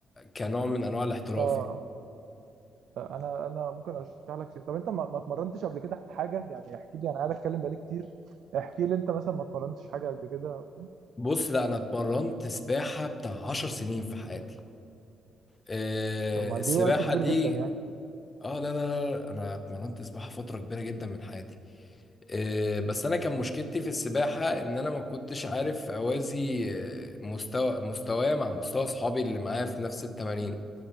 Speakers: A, on the left (about 25°); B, on the right (about 70°).
A: كنوع من انواع الاحتراف
B: اه
A: يعني.
B: لا، انا انا ممكن ارشح لك شيء طب انت ما ما اتمرنتش قبل كده حاجه يعني احكي لي انا قاعد اتكلم بقالي كتير احكي لي انت مثلا ما اتمرنتش حاجه قبل كده أو كده.
A: بص لا انا اتمرنت سباحه بتاع عشر سنين في حياتي آه،
B: طب ما
A: السباحه
B: دي وقت كبير
A: دي
B: جدا يعني
A: اه لا لا لا انا اتمرنت سباحه فتره كبيره جدا من حياتي آه، بس انا كان مشكلتي في السباحه ان انا ما كنتش عارف اوازي آه، مستوى مستواي مع مستوى اصحابي اللي معايا في نفس التمارين